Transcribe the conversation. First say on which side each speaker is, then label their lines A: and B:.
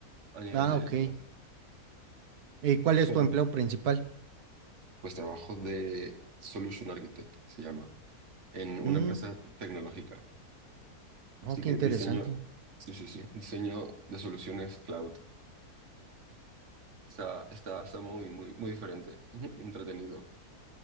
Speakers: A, on the right; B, on the right.
A: a nivel
B: Ah,
A: de,
B: ok.
A: de las-
B: ¿Y cuál es
A: Pero
B: tu empleo principal?
A: pues trabajo de Solution Architect, se llama, en una
B: Mm,
A: empresa tecnológica.
B: oh,
A: Así
B: qué
A: que
B: interesante.
A: diseño, sí, sí, sí, diseño de soluciones cloud. Está, está, está muy, muy, muy diferente, <laughs> entretenido.